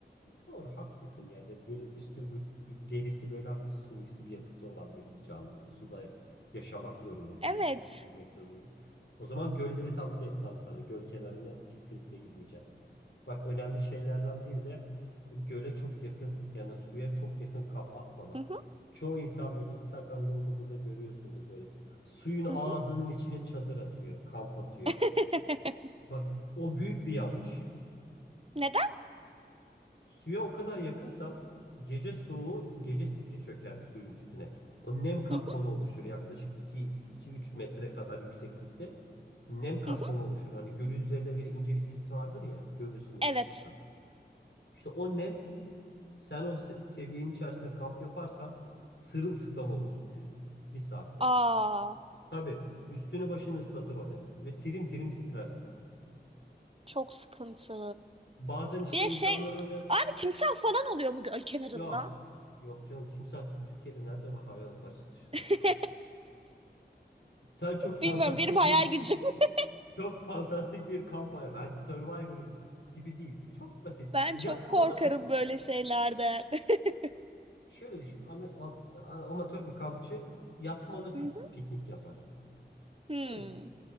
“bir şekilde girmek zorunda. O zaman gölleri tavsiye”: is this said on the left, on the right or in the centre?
Left